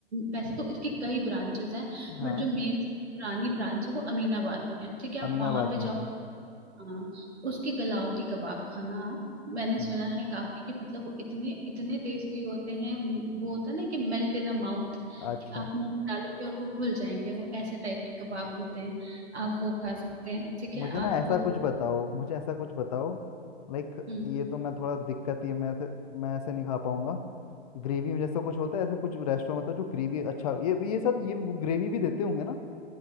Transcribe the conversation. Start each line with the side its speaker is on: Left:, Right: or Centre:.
Right: वैसे तो इसके कई ब्रांचेस हैं
Left: हाँ
Right: बट जो मेन पुरानी ब्रांच है वो अमीनाबाद में है ठीक है आप
Left: अमीनाबाद
Right: वहां पे
Left: में
Right: जाओ
Left: हाँ
Right: हाँ उसके गलावटी कबाब खाना आप मैंने
Left: हम्म,
Right: सुना है काफी कि मतलब वो इतने इतने टेस्टी होते हैं म- वो होता है ना कि मेल्ट इन अ माउथ
Left: अच्छा
Right: कि आप मुंह में डालोगे और वो घुल जाएंगे वो ऐसे टाइप के कबाब होते हैं आप वो खा सकते हैं ठीक
Left: मुझे
Right: है
Left: ना
Right: आप
Left: ऐसा कुछ बताओ मुझे ऐसा कुछ बताओ लाइक
Right: हम्म
Left: ये तो मैं थोड़ा दिक्कत ये मैं ऐसे मैं ऐसे नहीं खा पाऊंगा ग्रेवी जैसा कुछ होता है ऐसा कुछ रेस्टोरेंट बताओ जो ग्रेवी अच्छा ये ये साथ ये वो ग्रेवी भी देते होंगे ना